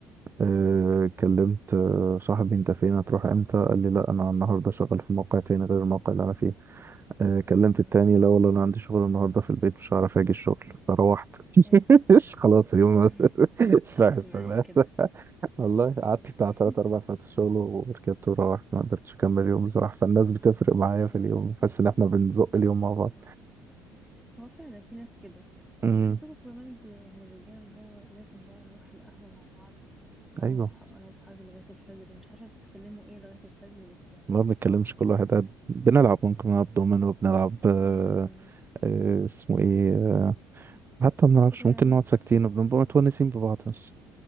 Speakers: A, on the right (about 25°); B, in the centre.
A: آه،
B: امم
A: كلمت آه، صاحبي انت فين هتروح امتى قال لي لا انا النهارده شغال في موقع تاني غير الموقع اللي انا فيه آه، كلمت
B: امم
A: التاني لا والله انا عندي شغل النهارده في البيت مش هعرف اجي الشغل فروحت
B: ايه ده
A: <laughs> خلاص اليوم
B: <laughs>
A: <laughs> مش
B: قفل
A: رايح الشغل
B: معايا كده
A: والله قعدت بتاع
B: <laughs>
A: تلات أربع ساعات في الشغل وركبت وروحت ما قدرتش أكمل اليوم بصراحة فالناس بتفرق معايا
B: إيه،
A: في اليوم بحس إن إحنا بنزق اليوم مع بعض
B: هو فعلا في ناس كده
A: امم
B: بحسكم كمان انتوا يعني الرجال اللي هو لازم بقى نروح القهوة مع بعض انا
A: أيوه
B: واصحاب انا واصحابي لغاية الفجر مش عارفة بتتكلموا ايه لغاية الفجر بس يعني
A: ما بنتكلمش
B: حس
A: كل واحد قاعد بنلعب ممكن نلعب دومينو وبنلعب آه
B: امم
A: آه اسمه إيه آه حتى ما بنلعبش
B: شطرنج
A: ممكن نقعد ساكتين وبنبقى متونسين ببعض بس